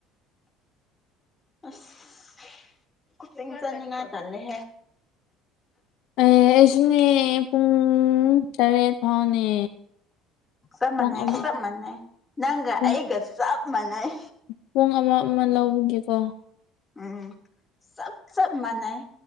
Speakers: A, on the left; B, on the left.
A: ꯑꯁ ꯆꯅꯤꯡꯉꯥꯏ ꯇꯜꯂꯤꯏꯦ
B: ꯑꯦ ꯑꯩꯁꯨꯅꯦ ꯄꯨꯡ ꯇꯔꯦꯠ ꯐꯥꯎꯅꯦ
A: ꯆꯞ
B: ꯄꯨꯡ
A: ꯃꯥꯟꯅꯩ
B: ꯑꯃ
A: ꯆꯞ ꯃꯥꯟꯅꯩ ꯅꯪꯒ
B: ꯄꯨꯡ
A: ꯑꯩꯒ ꯆꯞ ꯃꯥꯟꯅꯩ
B: ꯄꯨꯡ ꯑꯃ ꯑꯃ ꯂꯧꯕꯒꯤꯀꯣ
A: ꯎꯝ ꯆꯞ ꯆꯞ ꯃꯥꯟꯅꯩ